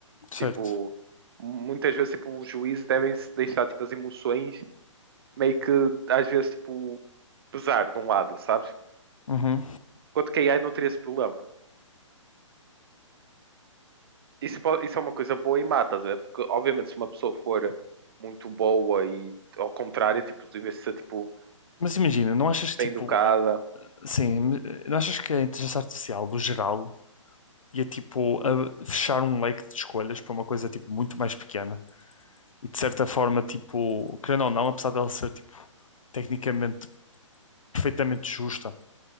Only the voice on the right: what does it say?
Tipo, muitas vezes tipo, os juízes devem se deixar tipo, as emoções meio que às vezes tipo, pesar de um lado, sabes?
Enquanto que a AI não teria esse problema. Isso, po- isso é uma coisa boa e má, estás a ver? Porque obviamente se uma pessoa for muito boa e ao contrário, tipo, deve ser tipo,
bem
educada